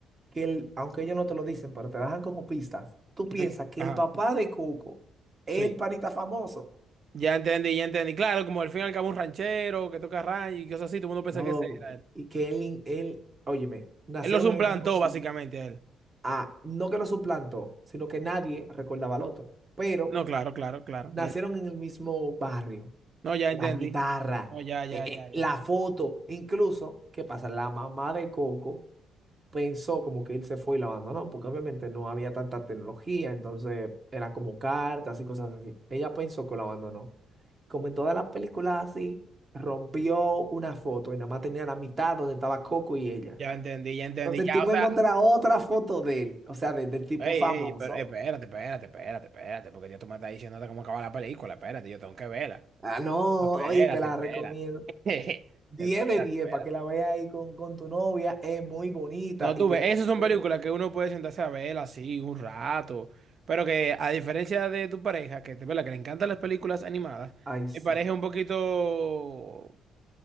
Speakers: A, on the right (about 30°); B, on the right (about 50°).
A: que él, aunque ellos no te lo dicen, pero te dejan como pistas, tú piensas
B: Eh,
A: que
B: Ajá.
A: el papá de Coco es
B: Sí.
A: el panita famoso,
B: Ya entendí, ya entendí. Claro, como al fin y al cabo un ranchero que toca ranch y cosas así, todo el mundo piensa
A: loco,
B: que ese era él.
A: y que él, in- él, óyeme, nacieron
B: Él los suplantó,
A: en el mismo sitio.
B: básicamente, a él.
A: Ah, no que lo suplantó, sino que nadie recordaba al otro, pero
B: No, claro, claro, claro.
A: nacieron
B: Ya-
A: en el mismo barrio
B: no, ya
A: la
B: entendí.
A: guitarra,
B: No, ya, ya,
A: eh, eh,
B: ya, ya.
A: la foto, incluso, ¿qué pasa? La mamá de Coco pensó como que él se fue y lo abandonó, porque obviamente no había tanta tecnología, entonces era como cartas y cosas así. Ella pensó que lo abandonó. Como en todas las películas así, rompió una foto y nada más tenía la mitad donde estaba Coco y ella.
B: Ya entendí, ya entendí.
A: Entonces el
B: Ya,
A: tipo
B: o sea.
A: encuentra otra foto de él, o sea, de- del tipo
B: Ey,
A: famoso.
B: ey, pero espérate, espérate, espérate, espérate, porque ya tú me estás diciendo cómo acaba la película, espérate, yo tengo que verla.
A: Ah, no,
B: No, Espérate,
A: oye, te la
B: espérate.
A: recomiendo.
B: <laughs>
A: 10
B: Espérate,
A: de 10
B: espérate.
A: para que la veas ahí con, con tu novia. Es muy bonita
B: No,
A: y
B: tú
A: tiene
B: ves,
A: un
B: esas
A: estilo-
B: son películas que uno puede sentarse a ver así un rato, pero que a diferencia de tu pareja, que te verdad que le encantan las películas animadas,
A: Ay, sí.
B: mi pareja es un poquito,